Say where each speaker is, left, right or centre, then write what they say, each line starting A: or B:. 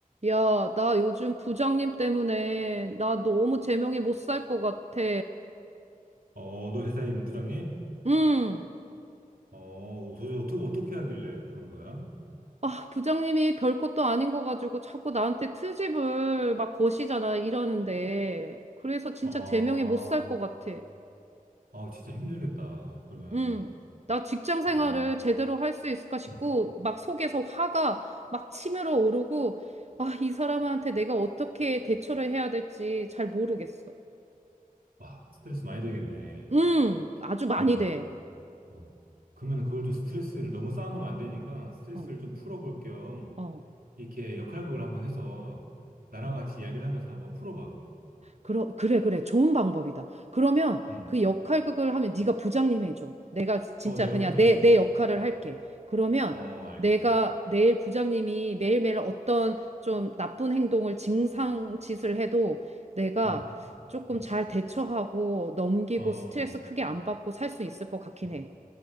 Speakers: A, on the right; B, on the right.
A: 야, 나 요즘 부장님 때문에 나 너무 제명이 못 살 것 같아.
B: 어, 너 회사에 있는 부장님?
A: 응.
B: 어, 도대체 어떻게, 어떻게 하길래 그런 거야?
A: 아, 부장님이 별것도 아닌 거 가지고 자꾸 나한테 트집을 막 거시잖아, 이러는데. 그래서 진짜
B: 아,
A: 제명이 못 살 것 같아.
B: 아, 진짜 힘들겠다. 그러면,
A: 응. 나 직장 생활을
B: 아,
A: 제대로 할 수 있을까 싶고,
B: 음,
A: 막 속에서 화가 막 치밀어 오르고, 아, 이 사람한테 내가 어떻게 대처를 해야 될지 잘 모르겠어.
B: 와, 스트레스 많이 되겠네.
A: 응, 아주 많이
B: 음,
A: 돼.
B: 어. 그러면 그걸 좀 스트레스를 너무 쌓아놓으면 안 되니까 스트레스를
A: 어,
B: 좀 풀어볼 겸
A: 어.
B: 이렇게 역할극을 한번 해서 나랑
A: 응.
B: 같이 이야기를 하면서 한번 풀어봐, 그러면.
A: 그러, 그래, 그래. 좋은 방법이다. 그러면
B: 음,
A: 그 역할극을 하면 네가 부장님 해줘. 내가 진짜
B: 어, 내가
A: 그냥
B: 부장님
A: 내,
B: 해줄게.
A: 내 역할을 할게. 그러면
B: 어, 알겠어.
A: 내가 내일 부장님이 매일매일 어떤 좀 나쁜 행동을 증상 짓을 해도 내가
B: 음,
A: 조금
B: 음,
A: 잘 대처하고 넘기고
B: 어, 어.
A: 스트레스 크게 안 받고 살 수 있을 것 같긴
B: 어.
A: 해.